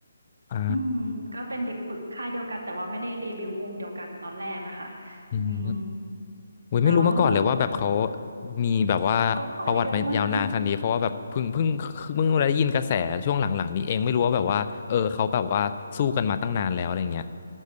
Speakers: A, on the left; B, on the right.
A: อ่า
B: อืมก็เป็นเด็กฝึกค่ายเดียวกันแต่ว่าไม่ได้เดบิวต์วงเดียวกันตอนแรกนะคะอืม
A: อืมอุ้ยไม่รู้มาก่อนเลยว่าแบบเขา
B: แล้วคือ
A: มีแบบว่าประวัติมายาวนานขนาดนี้เพราะว่าแบบเพิ่งเพิ่งเพิ่งได้ยินกระแสช่วงหลังๆนี้เองไม่รู้ว่าแบบว่าเออเขาแบบว่าสู้กันมาตั้งนานแล้วอะไรอย่างเงี้ย
B: เขาไปกันมาก